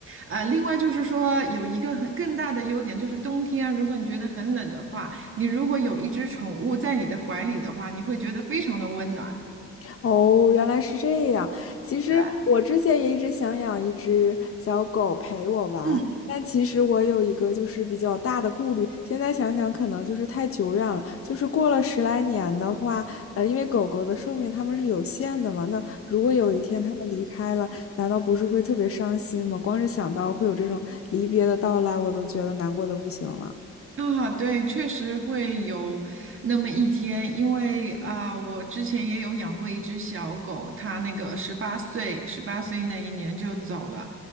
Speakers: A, on the right (about 45°); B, on the left (about 50°).
A: 呃，另外就是说有一个很更大的优点，就是冬天啊如果你觉得很冷的话，你如果有一只宠物在你的怀里的话，你会觉得非常的温暖，
B: 哦，原来是这样。其实我之前也一直想养一只小狗陪我玩，
A: 对吧？嗯。
B: 但其实我有一个就是比较大的顾虑。现在想想，可能就是太久远了。就是过了十来年的话，呃，因为狗狗的寿命它们是有限的嘛，那如果有一天它们离开了，难道不是会特别伤心吗？光是想到会有这种离别的到来，我都觉得难过的不行了。
A: 啊，对，确实会有那么一天，因为啊，我之前也有养过一只小狗，它那个十八岁，十八岁那一年就走了，